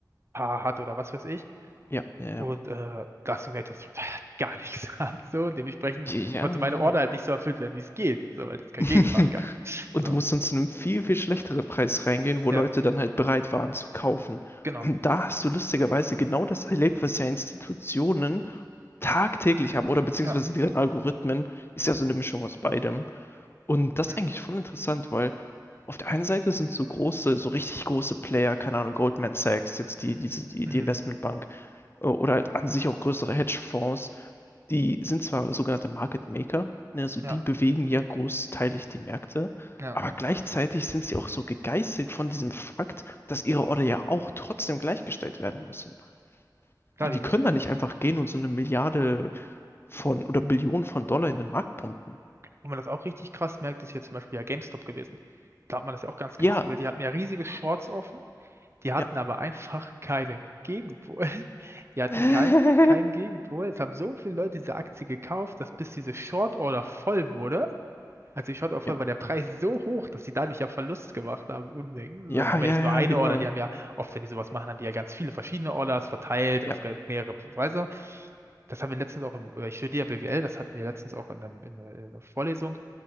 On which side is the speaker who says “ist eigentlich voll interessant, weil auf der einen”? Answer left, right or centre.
Left